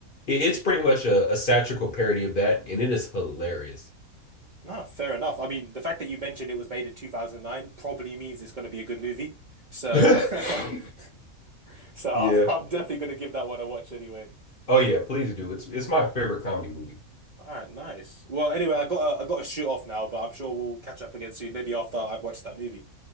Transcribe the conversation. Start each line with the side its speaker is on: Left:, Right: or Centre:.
Left: It, it's pretty much a, a satirical parody of that, and it is hilarious.
Right: No, fair enough. I mean, the fact that you mentioned it was made in 2009 probably means it's going to be a good movie. So,
Left: <laughs>
Right: <laughs> so I'm
Left: Yeah.
Right: I'm definitely going to give that one a watch anyway.
Left: Oh yeah, please do. It's it's my favorite comedy movie.
Right: All right, nice. Well, anyway, I got I got to shoot off now, but I'm sure we'll catch up again soon, maybe after I've watched that movie.